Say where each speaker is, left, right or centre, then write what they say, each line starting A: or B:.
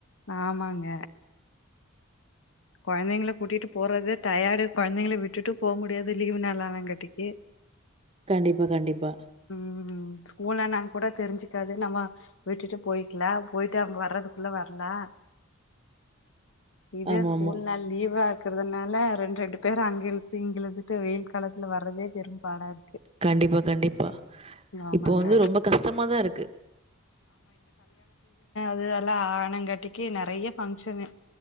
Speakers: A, on the left (about 65°); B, on the right (about 30°).
A: ஆமாங்க கொழந்தைங்க கூட்டிட்டு போறத டயர்டு கொழந்தைங்கள விட்டுட்டு போவ முடியாது லீவு நாள்ளானங்காட்டிக்கு
B: கண்டிப்பா கண்டிப்பா
A: உம் ஸ்கூல்ல நா கூட தெரிஞ்சுக்காது நம்ம விட்டுட்டு போய்க்கலாம் போயிட்டு அவங்க வர்றதுக்குள்ள வரலாம். இது
B: ஆமாமா.
A: ஸ்கூல்னால் லீவா இருக்கு இருக்கிறதுனால ரெண்டு ரெண்டு பேர் அங்கழுத்து இங்க இழுத்துட்டு வெயில் காலத்துல வர்றதே பெரும்பாடா இருக்கு
B: கண்டிப்பா கண்டிப்பா
A: ஆமாங்க
B: இப்போ வந்து ரொம்ப கஷ்டமாதான் இருக்கு
A: அதுல்லாம் ஆனங்காட்டிக்கு நெறைய பங்க்ஷன்னு